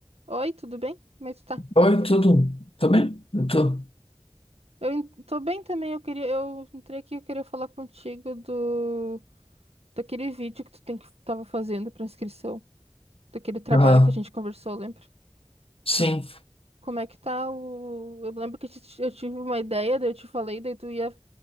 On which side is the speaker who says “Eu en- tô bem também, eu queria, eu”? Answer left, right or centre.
Right